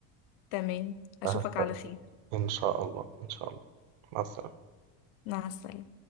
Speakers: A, on the left (about 60°); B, on the right (about 75°).
A: تمام
B: فهستأذن
A: أشوفك على خير
B: إن شاء الله إن شاء الله مع السلامة
A: مع السلامة